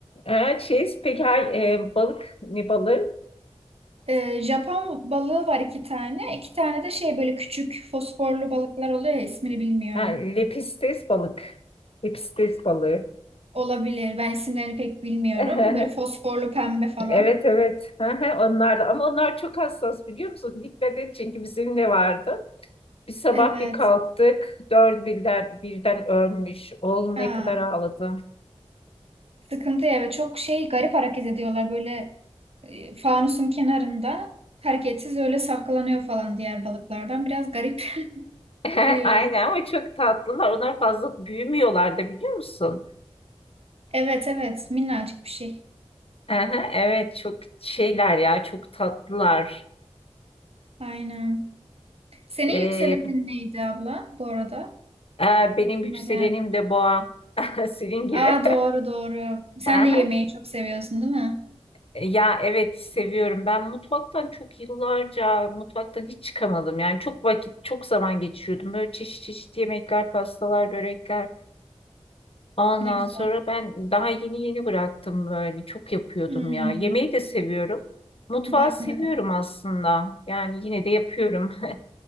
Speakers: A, on the left; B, on the right.
A: Ha, şey, peki ha, e, balık ne balığı?
B: Ee, Japon balığı var iki tane. İki tane de şey böyle küçük fosforlu balıklar oluyor ya ismini bilmiyorum.
A: Ha, lepistes balık. Lepistes balığı.
B: Olabilir. Ben isimlerini pek bilmiyorum.
A: <laughs>
B: Böyle fosforlu pembe falan.
A: Evet evet. Hı hı, Onlar da ama onlar çok hassas biliyor musun? Dikkat et çünkü bizim de vardı. Bir sabah
B: Evet.
A: bir kalktık. Dört birden, birden ölmüş. Oğlum
B: Ha,
A: ne kadar ağladı.
B: sıkıntı ya ve Çok şey garip hareket ediyorlar. Böyle e, fanusun kenarında hareketsiz öyle saklanıyor falan diğer balıklardan. Biraz garip <laughs>
A: <laughs>
B: huyları.
A: Aynen ama çok tatlılar. Onlar fazla büyümüyorlar da biliyor musun?
B: Evet evet. Minnacık bir şey.
A: Aha, evet çok şeyler ya çok tatlılar.
B: Aynen. Senin
A: Ee,
B: yükselenin neydi abla bu arada?
A: e, benim
B: Aklıma
A: yükselenim
B: geldi.
A: de boğa. <laughs> Senin gibi.
B: Aa doğru doğru. Sen
A: <laughs> Aha.
B: de yemeği çok seviyorsun değil mi?
A: Ya evet seviyorum. Ben mutfaktan çok yıllarca mutfaktan hiç çıkamadım. Yani çok vakit, çok zaman geçiriyordum. Böyle çeşit çeşit yemekler, pastalar, börekler. Ondan
B: Ne güzel.
A: sonra ben daha yeni yeni bıraktım böyle. Çok yapıyordum
B: Hmm,
A: ya. Yemeği de seviyorum. Mutfağı
B: ben
A: seviyorum
B: de.
A: aslında. Yani yine de yapıyorum. <laughs>